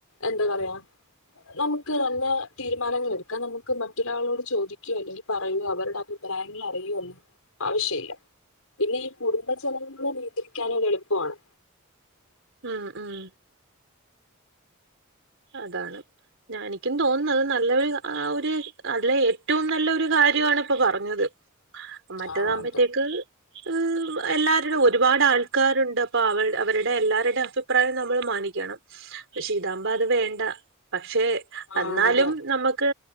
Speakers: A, on the left; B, on the right.
A: എന്താ പറയാ നമുക്ക് നല്ല തീരുമാനങ്ങൾ എടുക്കാ, നമു നമുക്ക് മറ്റൊരാളോട് ചോദിക്കോ അല്ലെങ്കിൽ പറയോ അവരുടെ അഭിപ്രായങ്ങൾ അറിയോ ഒന്നും ആവശ്യല്ല, പിന്നെ ഈ കുടുംബ ചെലവിനുള്ള നിയന്ത്രിക്കാൻ ഒരു എളുപ്പമാണ്.
B: മ് മ് അതാണ് ഞാൻ എനിക്കും തോന്നുന്നത് നല്ലൊരു ആ ഒരു അതിലെ ഏറ്റവും നല്ല ഒരു കാര്യാണ് ഇപ്പോ പറഞ്ഞത്. മറ്റേതാകുമ്പത്തേക്ക്
A: ആ അതെ
B: മ് എല്ലാരുടെ ഒരുപാട് ആൾക്കാരുണ്ട്, അപ് ആ അവ അവരുടെ എല്ലാരുടെ അഭിപ്രായം നമ്മള് മാനിക്കണം. പക്ഷേ ഇതാ <unintelligible> അത് വേണ്ട അ പക്ഷേ
A: ആ
B: എന്നാലും
A: അതെ
B: നമുക്ക്